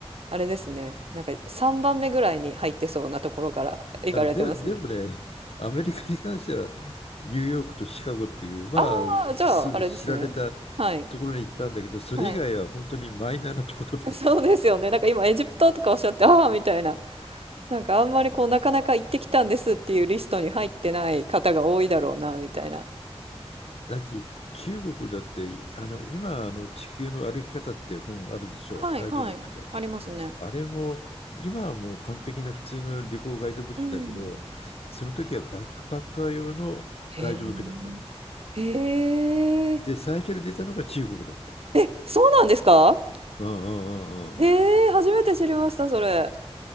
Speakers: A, on the right (about 65°); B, on the left (about 70°).
A: あれですね。なんか3番目ぐらいに入ってそうなところから行かれてますね。
B: あ、で、でもね、アメリカに関しては、ニューヨークとシカゴっていう、まあ、
A: ああ、じゃあ、
B: す知られた
A: あれですね。はい。
B: ところに行ったんだけど、それ以外は本当にマイナーなところばっかり。
A: はい。<laughs> そうですよね。なんか今エジプトとかおっしゃって、ああ、みたいな。なんかあんまりこうなかなか行ってきたんですっていうリストに入ってない方が多いだろうなみたいな。
B: だって中国だって、あの、今、あの、地球の歩き方って本あるでしょ、
A: はいはい。
B: ガイドブックで。
A: ありますね。
B: あれも、今はもう完璧な普通の旅行ガイドブックだけど、
A: うん。
B: その時はバックパッカー用のガイドブックだったんです。
A: へえ。へえ。
B: で、最初に出たのが中国だったんです。
A: え、そうなんですか
B: うんうんうんうんうん。
A: へえ、初めて知りました、それ。